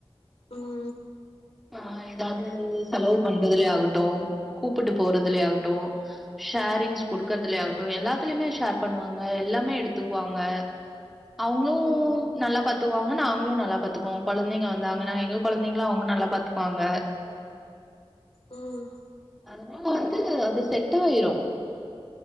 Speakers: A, on the left; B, in the centre.
A: ம்
B: ஆ எதாவ்து <unintelligible> செலவு பண்றதுலே ஆகட்டு கூப்புட்டு போறதுலயே ஆகட்டு ஷேரிங்ஸ் குடுக்கறதுலே ஆகட்டு எல்லாத்திலிமே ஷேர் பண்ணுவாங்க எல்லாமே எடுத்துக்குவாங்க அவுங்ளு
A: ம்
B: நல்லா பாத்துக்குவாங்க நாங்களு நல்லா பாத்துக்வோ கொழந்தைங்க வந்தாங்கனா எங்க கொழந்தைங்ள அவ்ங்க நல்லா பாத்துக்குவாங்க
A: ம்
B: அதுனால வந்து அது செட்டாய்ரு